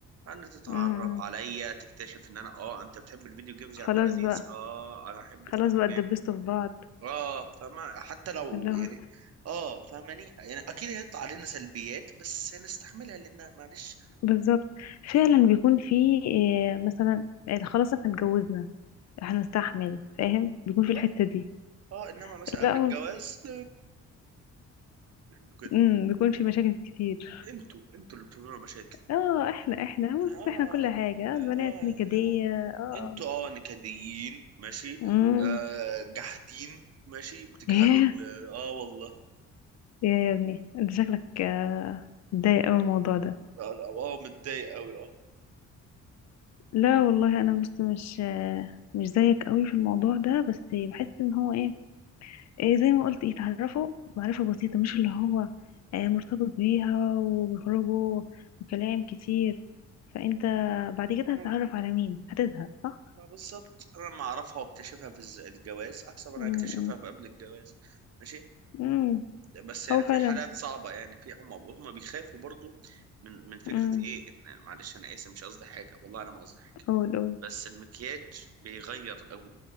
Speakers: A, on the right (about 55°); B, on the left (about 60°).
A: ان تتعرف
B: م- م.
A: عليا تكتشف ان انا اه انت بتحب الفيديو جيمز
B: خلاص
A: يا عبد العزيز
B: بقى
A: اه انا احب
B: خلاص
A: الفيديو
B: بقى اتدبستوا
A: جيمز
B: في بعض
A: اه فما حتى لو
B: اللي هو
A: يعني اه فاهماني يعني اكيد هيطلع علينا سلبيات بس هنستحملها لان معلش
B: بالظبط فعلا بيكون في آه، مثلا آه، خلاص احنا اتجوزنا هنستحمل فاهم بيكون في الحتة
A: اه
B: دي
A: اه انما مثلا قبل
B: لا هو
A: الجواز <laughs> انتوا كده
B: امم بيكون في مشاكل كتير
A: انتوا انتوا اللي بتعملوا مشاكل
B: اه احنا احنا بص
A: اه
B: احنا كل حاجة
A: اه
B: آه، البنات
A: آه،
B: نكدية اه
A: انتوا اه نكديين ماشي
B: امم
A: آه جحدين ماشي بتجحدوا
B: ياه
A: ال- اه والله
B: يا يا ابني انت شكلك آه، متضايق اوي من الموضوع ده
A: اه لا، آه، متضايق قوي
B: لا والله انا بس مش مش زيك قوي في الموضوع ده بس بحس ان هو ايه, إيه زي ما قلت يتعرفوا معرفة بسيطة مش اللي هو آه، مرتبط بيها وبيخرجوا وكلام كتير فانت بعد كده
A: انا
B: هتتعرف على مين هتزهق صح
A: ما- بالظبط انا لما اعرفها واكتشفها في الز- الجواز احسن ما انا
B: امم
A: اكتشفها في قبل الجواز ماشي
B: امم
A: بس يعني
B: هو فعلا
A: في حالات صعبه يعني في هم هم بيخافوا برضو من من فكره
B: امم
A: ايه ان معلش انا اسف مش قصدي حاجه والله انا ما قصدي حاجه
B: قول قول
A: بس المكياج بيغير قوي